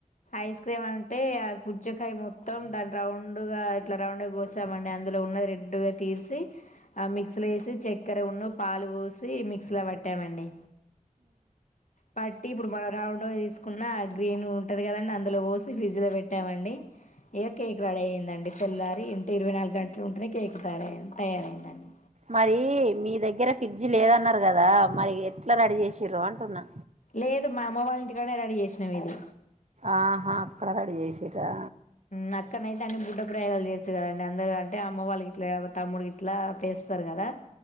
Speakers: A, on the left; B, on the right.
A: ఐస్ క్రీమ్ అ అంటే ఆ పుచ్చకాయ మొత్తం దాని రౌండ్ గా ఇట్లా రౌండ్గా కోసామండి అందులో ఉన్న రెడ్డుగా తీసి ఆ మిక్స్లో వేసి చక్కెర ఉన్న పాలు పోసి మిక్స్లా పెట్టామండి పట్టి ఇప్పుడు మనం రౌండ్ తీసుకున్న గ్రీన్ ఉంటది కదండి అందులో పోసి ఫ్రిడ్జ్ లో పెట్టామండి ఎక కేక్ రెడీ అయిందండి తెల్లారి ఇంటి ఇరవై నాలుగు గంటలు ఉంటేనే కేక్ తయార తయారయ తయారయిందండి
B: మరి మీ దెగ్గెర ఫ్రిడ్జ్ లేదన్నారు కదా మరి ఎట్ ఎట్ల రెడి చేసిర్రు అంటున్నా
A: లేదు మా అమ్మ వాళ్ళ ఇంటికాడనే రడీ చేసినాం ఇది
B: ఆహా అక్కడ రెడీ చేసిర్రా
A: నక్కన్నా అయితే బుడ్డ ప్రయోగాలు కదండి అందరు అంటే అమ్మ వాళ్ళు గిట్ల ఎవరు తమ్ముడు అట్లా చేస్తారు కదా